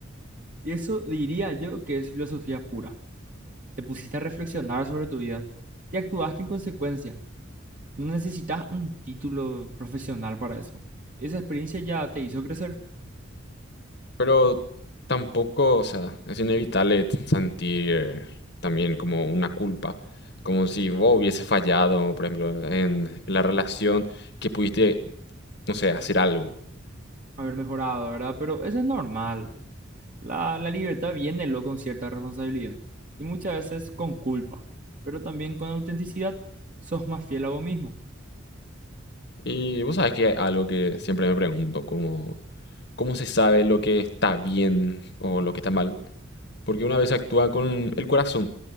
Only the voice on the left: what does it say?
Pero tampoco, o sea, es inevitable t- sentir también como una culpa, como si vos hubiese fallado, por ejemplo, en la relación que pudiste, no sé, hacer algo.
Y vos sabés que algo que siempre me pregunto, como, ¿cómo se sabe lo que está bien o lo que está mal? Porque una vez actúa con el corazón,